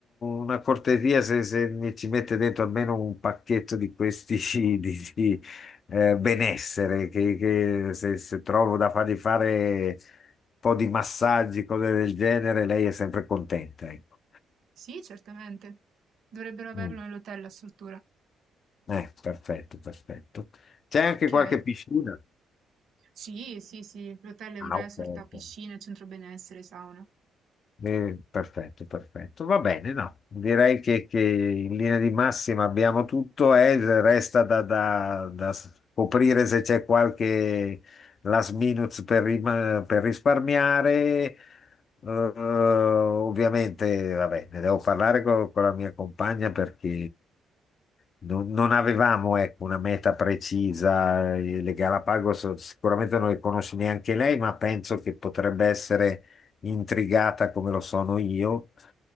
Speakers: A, on the left; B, on the right.
A: una cortesia se, se mi ci mette dentro almeno un pacchetto di questi <laughs> di, di, eh, benessere, che, che se, se trovo da fargli fare un po' di massaggi, cose del genere, lei è sempre contenta. ecco.
B: Sì, certamente. Dovrebbero averlo
A: Mm.
B: nell'hotel la struttura.
A: Eh, perfetto, perfetto. C'è
B: Ok.
A: anche qualche piscina?
B: Sì, sì, sì, l'hotel è un
A: Ah,
B: resort
A: ok. ok.
B: a piscina, centro benessere, sauna.
A: Eh, perfetto, perfetto. Va bene, no. Direi che, che in linea di massima abbiamo tutto e resta da, da- da scoprire se c'è qualche last minute per, rim- per risparmiare. Eh, ovviamente, vabbè, ne devo parlare co- con, la mia compagna perché non, non avevamo, ecco, una meta precisa. Le Galapagos sicuramente non le conosce neanche lei, ma penso che potrebbe essere intrigata come lo sono io.